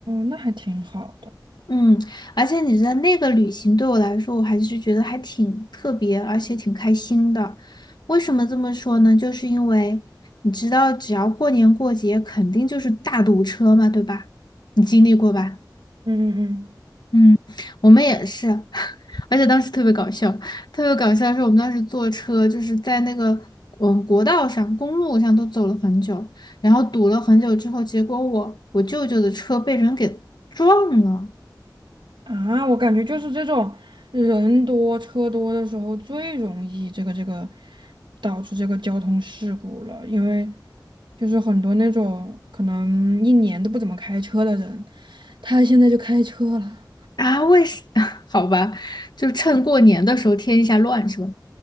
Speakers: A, on the right; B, on the left.
A: 那还挺好的。
B: 嗯，而且你知道那个旅行对我来说，我还是觉得还挺特别，而且挺开心的。为什么这么说呢？就是因为你知道，只要过年过节，肯定就是大堵车嘛，对吧？你经历过吧？
A: 嗯嗯嗯。
B: 嗯，我们也是，<laughs> 而且当时特别搞笑，特别搞笑的是我们当时坐车，就是在那个嗯国道上、公路上都走了很久，然后堵了很久之后，结果我我舅舅的车被人给撞了。
A: 啊，我感觉就是这种人多车多的时候最容易这个这个导致这个交通事故了，因为就是很多那种可能一年都不怎么开车的人，他现在就开车了，
B: 啊，为什？<laughs> 好吧，就趁过年的时候添一下乱是吧？